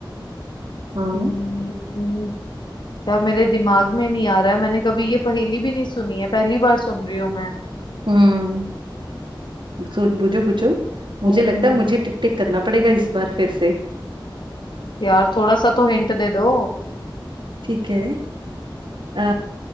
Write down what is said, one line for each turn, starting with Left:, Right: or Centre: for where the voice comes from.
Right: हम्म
Left: हम्म, यार मेरे दिमाग में नहीं आ रहा है मैंने कभी ये पहेली भी नहीं सुनी है पहली बार सुन रही हूँ मैं
Right: हम्म सोच बुझो बुझो मुझे
Left: हम्म
Right: लगता है मुझे टिक टिक करना पड़ेगा इस बार फिर से
Left: यार थोड़ा सा तो हिंट दे दो
Right: ठीक है अ,